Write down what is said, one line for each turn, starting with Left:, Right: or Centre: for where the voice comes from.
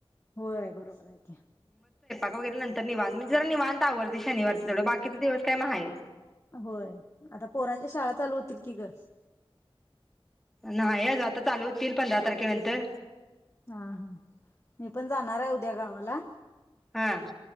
Left: होय बरोबर आहे कि
Centre: गे नंतर निवांत म्हणजे जरा निवांत आवरतय शनवारच तेवढ बाकीचे दिवस काय मग आहेच
Left: होय आता पोरांच्या शाळा चालू होतील की ग
Centre: नाही आज आता चालू होतील पंधरा तारखेनंतर
Left: हा हा मी पण जाणार आहे उद्या गावाला
Centre: हा